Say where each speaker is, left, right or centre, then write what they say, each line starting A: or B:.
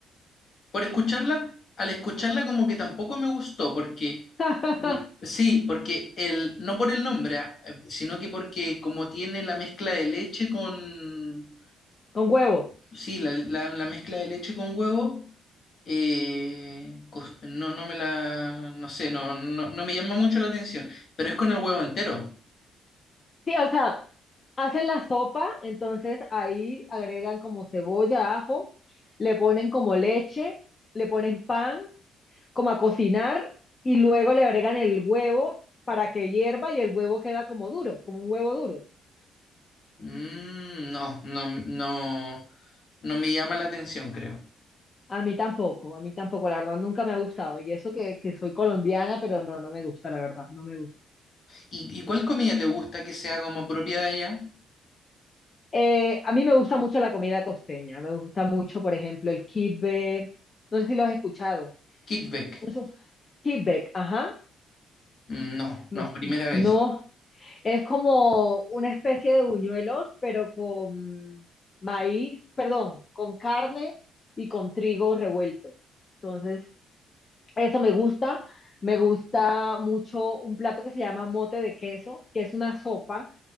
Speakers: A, on the left (about 55°); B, on the left (about 35°).
A: Por escucharla, al escucharla como que tampoco me gustó, porque,
B: <laughs>
A: no- sí, porque el, no por el nombre, ah, eh, sino que porque como tiene la mezcla de leche con...
B: Con huevo.
A: sí, la, la- la mezcla de leche con huevo, eh, cos- no, no me la, no sé, no, no, no me llama mucho la atención, pero es con el huevo entero.
B: Sí, o sea, hacen la sopa, entonces ahí agregan como cebolla, ajo, le ponen como leche, le ponen pan, como a cocinar, y luego le agregan el huevo para que hierva y el huevo queda como duro, como un huevo duro.
A: Mm, no, no, no, no me llama la atención, creo.
B: A mí tampoco, a mí tampoco, la verdad nunca me ha gustado. Y eso que, que soy colombiana, pero no, no me gusta, la verdad, no me gusta.
A: ¿Y, y cuál comida te gusta que sea como propia de allá?
B: Eh, a mí me gusta mucho la comida costeña, me gusta mucho, por ejemplo, el kibbe, no sé si lo has escuchado.
A: Kitvek.
B: Es un feedback, ajá.
A: Mm, No,
B: Me-
A: no, primera vez.
B: no, es como una especie de buñuelos, pero con maíz, perdón, con carne y con trigo revuelto. Entonces, eso me gusta. Me gusta mucho un plato que se llama mote de queso, que es una sopa